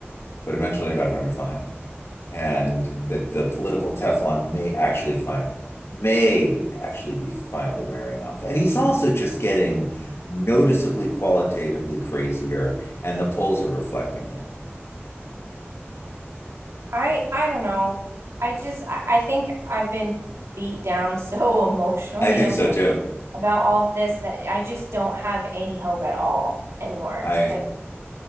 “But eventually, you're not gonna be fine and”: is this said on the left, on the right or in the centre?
Left